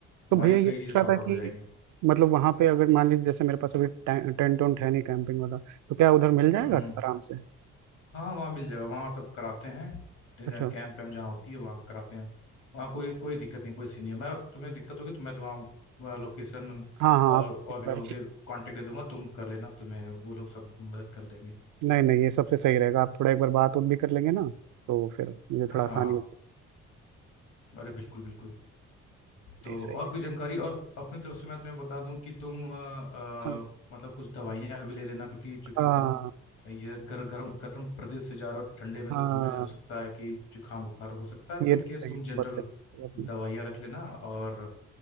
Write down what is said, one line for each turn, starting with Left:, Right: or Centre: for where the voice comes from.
Left: तुम्हारी
Right: तो भैया ये
Left: कई
Right: पूछ
Left: चीज़ें सॉर्ट
Right: रहा था
Left: आउट
Right: कि
Left: हो जाएंगी
Right: मतलब वहाँ पे अगर मान लीजिए जैसे मेरे पास अभी टे- टेंट वेंट है नहीं कैंपिंग वाला तो क्या उधर मिल जाएगा
Left: हम्म
Right: आराम से
Left: हाँ वहाँ मिल जाएगा वहाँ सब कराते हैं ट्रेनिंग
Right: अच्छा
Left: कैंप वैम्प जहाँ होती है वहाँ कराते हैं वहाँ कोई कोई दिक्कत नहीं कोई सीन नहीं है मैं और तुम्हें दिक्कत होगी तो मैं तो वहाँ वहाँ लोकेशन
Right: हाँ हाँ
Left: और
Right: आप
Left: और
Right: एक
Left: भी
Right: बार
Left: लोगों के कांटेक्ट दे दूंगा तुम कर लेना तुम्हें वो लोग सब मदद कर देंगे
Right: नहीं नहीं ये सबसे सही रहेगा आप थोड़ा एक बार बात उत भी कर लेंगे ना तो फिर मुझे थोड़ा
Left: हाँ
Right: आसानी हो जाएगी
Left: अरे बिल्कुल बिल्कुल तो
Right: नहीं सही
Left: और
Right: है
Left: कोई जानकारी और अपनी तरफ से मैं तुम्हें बता दूं कि तुम अ, अ,
Right: हाँ
Left: मतलब कुछ दवाइयां भी ले लेना क्योंकि चूंकि
Right: हाँ
Left: तुम ये गर, गर्म गर्म प्रदेश से जा रहे हो ठंडे में
Right: हाँ
Left: तो तुम्हें हो सकता है कि जुकाम बुखार हो सकता है तो
Right: ये
Left: इन
Right: तो सही
Left: केस तुम
Right: बहुत
Left: जनरल
Right: सही कहा आपने।
Left: दवाइयां रख लेना और